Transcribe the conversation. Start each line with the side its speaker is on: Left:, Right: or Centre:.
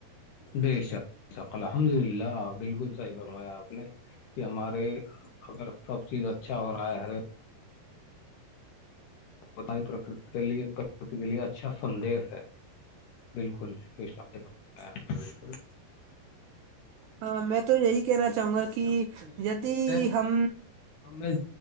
Left: بے الحمد للہ بالکل صحیح فرمایا آپ نے کہ ہمارے اگر سب چیز اچھا ہو رہا ہے ہر بک کے لیے پرکتی کے لیے اچھا سندیش ہے بالکل یہ س بالکل
Right: ہاں میں تو یہی کہنا چاہوں گا کہ
Left: ہم تو یہی کہتے
Right: دی
Left: ہیں کہ
Right: ہم
Left: ہمیں